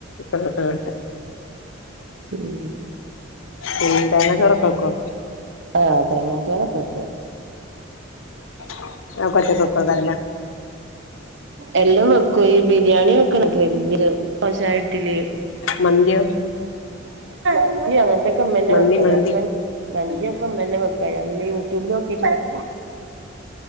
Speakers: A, on the left (about 80°); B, on the right (about 60°).
A: ആഹ് ആഹ് അതാ
B: ഉം
A: പിന്നെ തേങ്ങാ ചോറ് ഒക്കെ വെക്കോ
B: ആഹ് തേങ്ങാ ചോറ് ഒക്കെ വെക്കും
A: അഹ് ഒക്കെ ഒറ്റെക്ക് വെക്കൊയ്ക്കാരം ലെ
B: എല്ലൊയും വെക്കും ഈ ബിരിയാണി വെക്ക്ണെ ഇൻക്ക് വെല്ല്യ ഒര് വശായിട്ട് ഇല്ലെയ്
A: മന്തിയോ?
B: മന്തിയോ അങ്ങെൻത്തൊക്കെ ഇമ്മെന്നെ
A: മന്തി
B: വെക്കെൽ
A: മന്തി
B: ഒക്കെ മന്തിയൊക്കെ ഇമ്മെന്നെ വെക്കാ ഞാ പിന്നെ യൂട്യൂബ്ൽ നോ ക്കീട്ട് വെക്കും